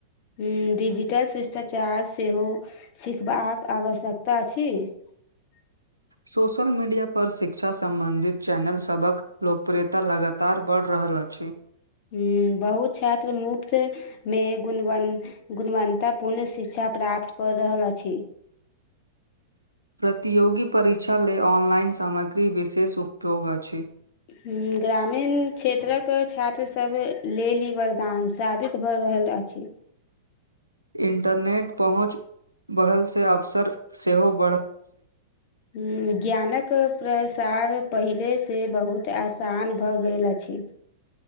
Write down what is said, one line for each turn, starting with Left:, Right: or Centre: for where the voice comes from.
Left: हुँ डिजिटल शिष्टाचार सेहो सिखबाक आवश्यकता अछि <inaudible>
Right: सोशल मीडिया पर शिक्षा सम्बंधित चैनल सभक लोकप्रियता लगातार बढ़ि रहल अछि अछि
Left: ह बहु छात्र मुफ्त मे गु गुणवत्तपूर्ण शिक्षा प्राप्त करऽ रहल अछि
Right: प्रतियोगी परीक्षा ले अनलइन सामग्री विशेष उपयोग अछि
Left: ह ग्रामीण क्षेत्रक छात्र सब लेल ह वरदान साबित भऽ रहल अछि
Right: इंटरनेट पहुँच बढ़ल से अवसर सेहो ब
Left: ह ज्ञानक प्र सार पहिलेसँ बहुत आसान भऽ गेल अछि